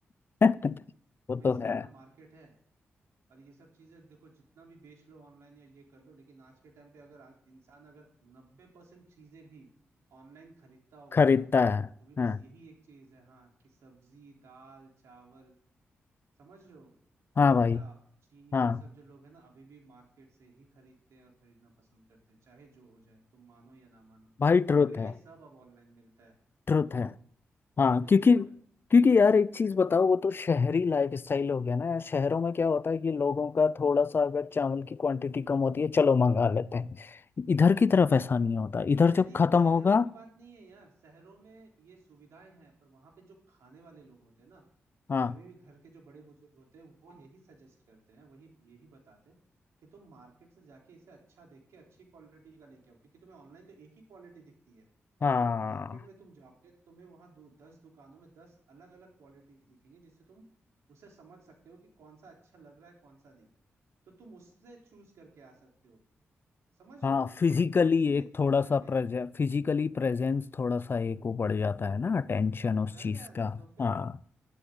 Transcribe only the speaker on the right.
तुम्हें
इसका
इतना मार्केट है और ये सब चीजें देखो जितना भी बेच लो ऑनलाइन या ये कर लो लेकिन आज के टाइम पे अगर आ- इंसान अगर नब्बे परसेंट चीजें भी ऑनलाइन खरीदता होगा
ना
तो भी बस
यही एक चीज है हाँ कि सब्जी दाल चावल समझ रहे हो
आटा चीनी
ये सब जो लोग हैं ना अभी भी मार्केट से ही खरीदते हैं और खरीदना पसंद करते हैं चाहे जो हो जाए तुम मानो या ना मानो
भले ये
सब अब ऑनलाइन मिलता है
भले
ही सब है
शहरी
शहरों
की बात नहीं है यार शहरों में ये सुविधाएं हैं पर वहां पे जो खाने वाले लोग होते हैं ना
या अभी भी घर के जो बड़े बुजुर्ग होते हैं वो यही सजेस्ट करते हैं वही यही बताते हैं कि तुम मार्केट से जाके इसे अच्छा देख के अच्छी क्वालिटी का लेके आओ क्योंकि तुम्हें ऑनलाइन तो एक ही क्वालिटी दिखती है
पर मार्केट में तुम जाओगे तो तुम्हें वहां दु, दस दुकानों में दस अलग अलग क्वालिटी दिखेंगी जिससे तुम उसे समझ सकते हो कि कौन सा अच्छा लग रहा है कौन सा नहीं तो तुम उससे चूज करके आ सकते हो समझ रहे
हो मेरी बात
इसीलिए
मना
किया
रहता
है ना
तो फिर